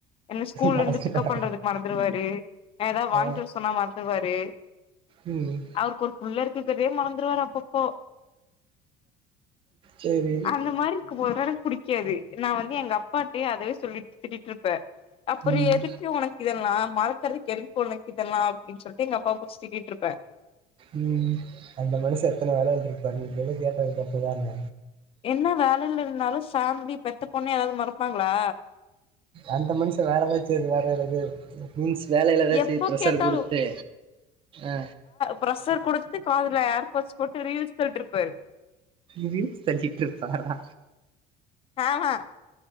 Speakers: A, on the left; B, on the right.
A: என்ன ஸ்கூல்ல
B: மறந்துட்டேன்.
A: இருந்து பிக்கப் பண்றதுக்கு மறந் வந்ருவாரு எதனா வாங்கிட்டு
B: ஆ.
A: வர சொன்னா மறந்துருவாரு
B: ம்
A: அவுருக்கு ஒரு புள்ள இருக்குக்கதே மறந்துருவாரு அப்பப்போ
B: சரி.
A: அந்த மாரி இருக்கு போதுலா எனக்கு புடிக் காது நா வந்து எங்க அப்பா கிட்டயே அதவே சொல்லிட் திட்டிட்டு இருப்பே அப்புறோ
B: ம்.
A: எதுக்கு உனக் இதெல்லா மறக்கறதுக் <unintelligible> இதெல்லா அப்டின் சொல்ட்டு எங்க அப்பா புடிச்சி திட்டிட் ருப்பே
B: ம் அந்த மனுஷ எத்தன வேலயா இருந்துருப்பாங் நீங்களு கேட்டது தப்பு தான
A: என்ன வேலைல இருந்தாலு ஃபேமிலி பெத்த பொண்ண யாராவது மறப்பாங்ளா
B: அந்த மனுஷ வேற ஏதாச்சி வேற வேற இது மீஸ் வேலையில எதாச்சி
A: எப்போ
B: ப்ரஷர்
A: கேட்டாலு
B: குடுத்து ஆ
A: ப்ரெஷர் குடுத்து காதுல ஏர்பஸ் போட்டு ரீல்ஸ் பண்ட்டு இருப்பாரு
B: ரீல் செஞ்சிட்ருப்பாரா
A: ஆமா